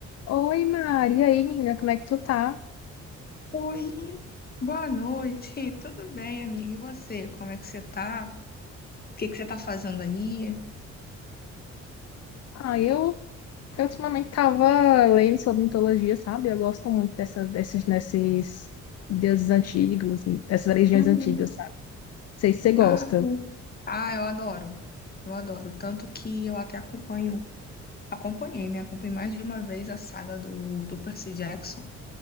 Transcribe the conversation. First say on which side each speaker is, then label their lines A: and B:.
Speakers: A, on the left (about 55°); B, on the left (about 30°).
A: Oi, Mari. E aí, menina, como é que tu tá?
B: Oi, boa noite. <laughs> Tudo bem, amiga? E você? Como é que você tá? O que que você tá fazendo aí?
A: Ah, eu, eu ultimamente tava lendo sobre mitologia, sabe? Eu gosto muito dessas, desses, desses deuses antigos, dessas religiões
B: Uhum.
A: antigas, sabe? Não sei se você gosta.
B: Ah, ah, eu adoro. Eu adoro. Tanto que eu até acompanho, acompanhei, né? Acompanhei mais de uma vez a saga do, do Percy Jackson,